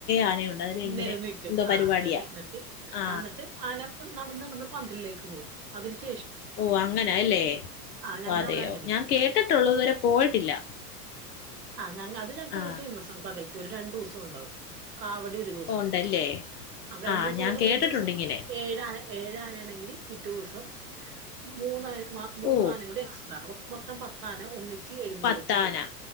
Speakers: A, on the left; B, on the right.
A: ആനയുണ്ട് അതിൽ ഇങ്ങനെ
B: നെരന്ന് നിക്കും
A: എന്തോ
B: ആ
A: പരിപാടിയാ
B: നെരന്നിട്ട്
A: ആ
B: അന്ന്ട്ട് ആന നടന്നടന്ന് പന്തലിലേക്ക് പോകും അതിന് ശേ
A: ഓ അങ്ങനെ അല്ലേ
B: ആ ഞങ്ങളുടെ
A: അതെയോ
B: അവിടെ അങ്ങനെയാണ്
A: ഞാൻ കേട്ടിട്ടുള്ളൂ ഇത് വരെ പോയിട്ടില്ല.
B: ആ ഞങക് അത് ഞങ്ങൾക്ക്
A: ആ
B: ഫേമസ് ആ പകൽപ്പ് ഒരു രണ്ടുസം ഉണ്ടാവും കാവടി ഒരു ദിവസം
A: ഓ, ഉണ്ടല്ലേ
B: ഇണ്ടാവും അപ്പ രണ്ടോസംന്ന്
A: ആ ഞാൻ
B: പറ
A: കേട്ടിട്ടുണ്ട്
B: ഒരു ദിവസം
A: ഇങ്ങനെ
B: ഏഴ് ആന ഏഴ് ആന ആണെങ്കിൽ പിറ്റ ദിവസം മൂന്നാൾ മ മൂന്ന
A: ഓ
B: ആാന കൂടെ എക്സ്ട്രാ അപ്പെ മൊത്തം പത്താന ഒന്നിട്ട് ഉച്ചി എഴുന്നള്ളച്ച്
A: പത്താന
B: പോവും